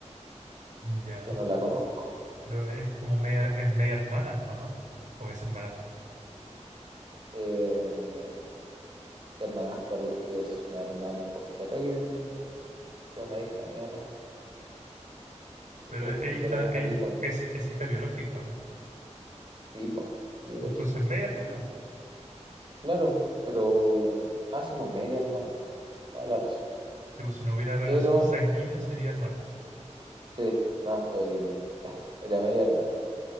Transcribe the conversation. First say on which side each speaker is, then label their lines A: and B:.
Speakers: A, on the right (about 80°); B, on the right (about 40°).
A: Ya.
B: que no la conozco.
A: Pero es como media, es media hermana, ¿o no? O es hermanastra.
B: Eh, hermanastra, porque es una hermana por fuera que, que una hija de mi papá,
A: Pero
B: que
A: es
B: fue fuera
A: hija,
B: del
A: es,
B: matrimonio.
A: es- es hija biológica, ¿o no?
B: Sí, pues, biológica.
A: Entonces media hermana.
B: Claro, pues, pero... Ah, sí, pues media hermana. Tienes Toda la razón.
A: Sí, pues, si no hubiera relación
B: Pero,
A: sanguínea sería hermanastra.
B: sí, no estoy... <laughs> Era media hermana.